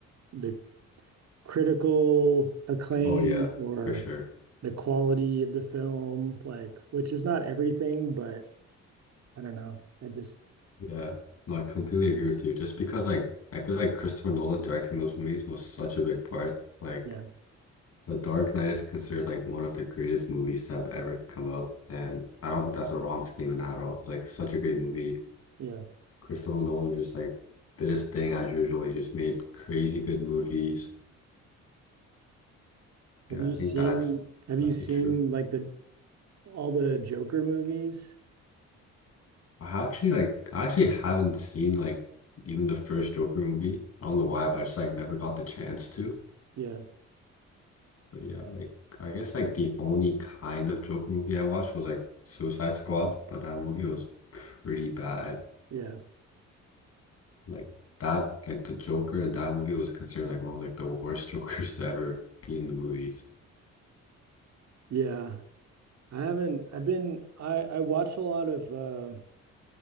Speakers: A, on the right (about 60°); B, on the left (about 55°).
A: the critical acclaim
B: Oh yeah,
A: or
B: for sure.
A: the quality of the film, like which is not everything, but I don't know. I just
B: Yeah, no, I completely agree with you. Just because like I feel like Christopher Nolan directing those movies was such a big part. Like
A: yeah,
B: The Dark Knight is considered like one of the greatest movies to have ever come out, and I don't think that's a wrong statement at all. It's like such a great movie.
A: yeah.
B: Christopher Nolan just like did his thing as usual. He just made crazy good movies.
A: Have
B: Yeah,
A: you
B: I think
A: seen
B: that's
A: have
B: definitely
A: you seen
B: true.
A: like the all the Joker movies?
B: I actually like I actually haven't seen like even the first Joker movie. I don't
A: Mhm.
B: know why, but I just like never got the chance to.
A: Yeah,
B: But yeah, like I guess like the only kind of Joker movie I watched was like Suicide Squad, but that movie was pretty bad.
A: yeah,
B: Like that, like the Joker in that movie was considered like one of like the worst <laughs> Jokers to ever be in the movies.
A: yeah. I haven't I've been I I watch a lot of uh